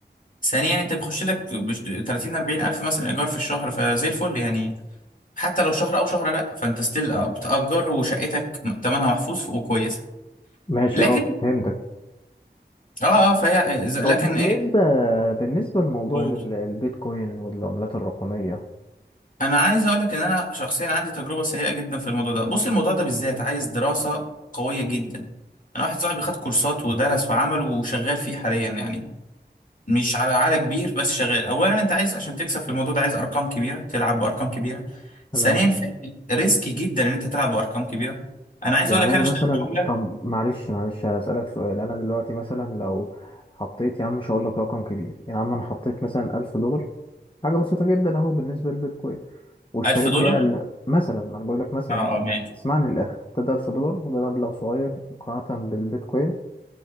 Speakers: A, on the left; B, on the left.
A: ثانيا انت بيخش لك بش- 30 40 الف مثلا ايجار في الشهر فزي الفل يعني حتى لو شهر او شهر لا فانت ستيل بتأجر وشقتك تمنها محفوظ وكويسه
B: ماشي
A: لكن
B: أه فهمتك
A: اه اه فهي إذا- لكن
B: طب بالنسبة
A: ايه
B: بالنسبة لموضوع
A: قول.
B: ال- البيتكوين والعملات الرقمية
A: انا عايز اقول لك ان انا شخصيا عندي تجربه سيئه جدا في الموضوع ده بص الموضوع ده بالذات عايز دراسه قويه جدا انا واحد صاحبي خد كورسات ودرس وعمل وشغال فيه حاليا يعني مش على على كبير بس شغال اولا انت عايز عشان تكسب في الموضوع ده عايز ارقام كبيره تلعب بارقام كبيره
B: تمام
A: ثانيا ريسكي جدا ان انت تلعب بارقام كبيره انا عايز
B: يعني
A: اقول لك
B: انا
A: انا اشتريت
B: مثلا
A: عمله
B: طب معلش معلش هسألك سؤال انا دلوقتي مثلا لو حطيت يا عم مش هقول لك رقم كبير يا عم انا حطيت مثلا 1000 دولار حاجة بسيطة جدا اهو بالنسبة للبيتكوين واشتريت
A: 1000 دولار
B: بيها ال... مثلا انا بقول لك مثلا
A: اه اه ماشي
B: اسمعني للاخر حطيت 1000 دولار وده مبلغ صغير مقارنة بالبيتكوين